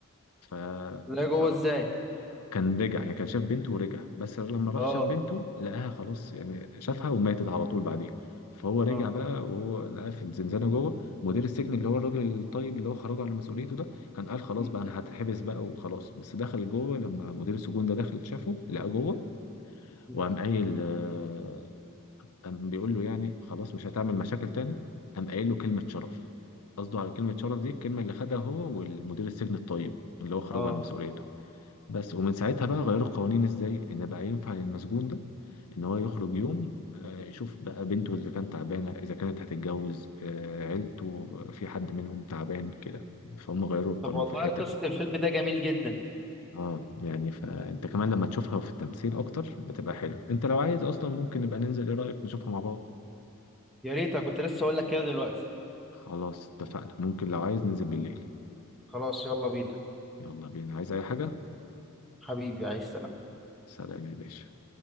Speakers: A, on the left; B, in the centre.
A: ف...
B: لا جوه
A: ف
B: ازاي
A: كان رجع يعني كان شاف بنته ورجع بس لما راح
B: اه
A: شاف بنته لقاها خلاص يعني شافها وماتت على طول بعديها فهو رجع
B: اه
A: بقى وهو لقاها في الزنزانة جوه مدير السجن اللي هو الراجل الطيب اللي هو خرجه على مسؤوليته ده كان قال خلاص
B: مم.
A: بقى انا هتحبس بقى وخلاص بس دخل جوه لما مدير السجون ده دخل شافه لقاه جوه
B: مم.
A: وقام قايل آه، قام بيقول له يعني خلاص مش هتعمل مشاكل تاني قام قايل له كلمة شرف قصده على كلمة شرف دي الكلمة اللي خدها هو والمدير السجن الطيب اللي هو خرجه
B: اه
A: على مسؤوليته بس ومن ساعتها بقى غيروا القوانين ازاي ان بقى ينفع للمسجون ده ان هو يخرج يوم آه، يشوف بقى بنته اذا كانت تعبانه اذا كانت هتتجوز آه، عيلته في حد منهم تعبان كده فهم غيروا القانون
B: طب والله
A: في الحته
B: قصة
A: دي
B: الفيلم ده جميل جدا
A: اه يعني فانت كمان لما تشوفها في التمثيل اكتر بتبقى حلو انت لو عايز اصلا ممكن نبقى ننزل ايه رايك نشوفها مع بعض
B: يا ريت أنا كنت لسه اقول لك كده دلوقتي
A: خلاص اتفقنا ممكن لو عايز ننزل بالليل
B: خلاص يلا بينا
A: يلا بينا عايز اي حاجه
B: حبيبي عايز
A: سلام يا باشا